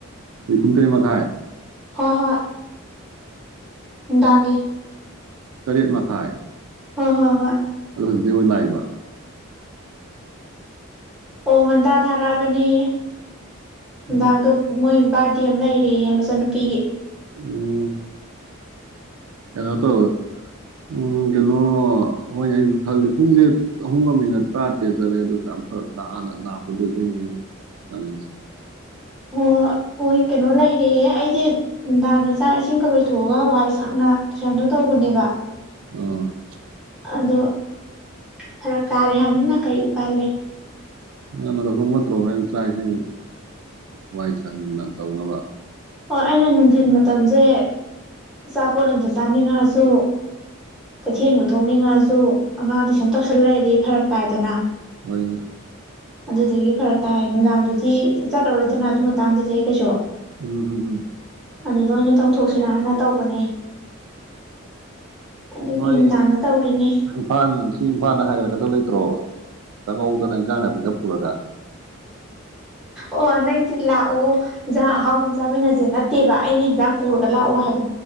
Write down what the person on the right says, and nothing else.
ꯏ ꯀꯨꯡꯇꯔꯤ ꯃꯥꯏ
ꯇꯔꯦꯠ ꯃꯈꯥꯏ
ꯑꯗꯣ ꯍꯧꯖꯤꯛꯇꯤ ꯍꯣꯏ ꯂꯥꯛꯏꯕ
ꯑꯣ
ꯎꯝ ꯀꯩꯅꯣ ꯇꯧꯋꯦ ꯎꯝ ꯀꯩꯅꯣ ꯍꯣꯏꯅ ꯑꯩꯅ ꯈꯜꯜꯂꯤ ꯄꯨꯡꯁꯦ ꯑꯍꯨꯝꯒ ꯃꯤꯅꯠ ꯇꯔꯥ ꯇꯔꯦꯠ ꯆꯠꯂꯦ ꯑꯗꯨ ꯀꯌꯥꯝ ꯐꯔꯛ ꯇꯥꯛꯑꯅ ꯂꯥꯛꯀꯗꯣꯏꯗꯣꯏꯅꯤ ꯑꯩꯅ ꯉꯪꯉꯤꯁꯦ
ꯑ
ꯅ ꯅ ꯂꯧꯧꯊꯣꯡꯕꯠꯇ꯭ꯔꯣ ꯍꯣꯔꯦꯟꯅ ꯆꯥꯛꯁꯤꯡꯣꯏ ꯋꯥꯏ ꯁꯟꯅ ꯇꯧꯅꯕ
ꯍꯣꯏꯅ
ꯎꯝ ꯎꯝ ꯎꯝ
ꯅꯣꯏ
ꯏꯝꯐꯥꯜ ꯁꯤ ꯏꯝꯐꯥꯜꯗ ꯍꯥꯏꯒꯠꯂꯛꯀꯗꯕ ꯂꯩꯇ꯭ꯔꯣ ꯆꯪꯍꯧꯗꯅ ꯏꯟꯁꯥꯡ ꯅꯥꯄꯤꯗ ꯄꯨꯔꯒ